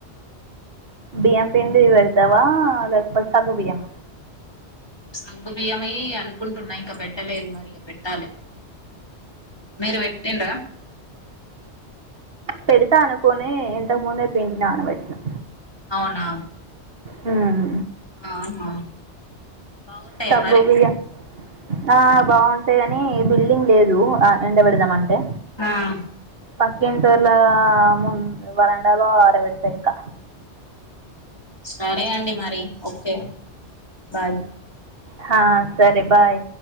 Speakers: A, on the right; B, on the left.
A: బియ్యం పిండివి వెళ్తావా లేగపో సగు బియ్యం
B: సంగుబియంమే అనుకుంటున్నా ఇంక పెట్టలేదు మరి ఇక పెట్టాలి మీరు వేట్టిండ
A: పెడుతా అనుకొనే ఎంతకు ముందే పెండి నానాబెట్టిన్న
B: అవునా
A: హ్మ్
B: ఆ హా బాగుంటాయా
A: సగ్గు
B: మరి
A: బియ్యం ఆ బాగుంటాయి కని బిల్డింగ్ లేదు ఆ ఎండబడదాం అంటే
B: ఆా
A: పక్క ఇంటోల్ల ము వరండలో అరవడితా ఇంకా
B: సరే అండి మరి ఒకే బాయ్
A: హ సరే బాయ్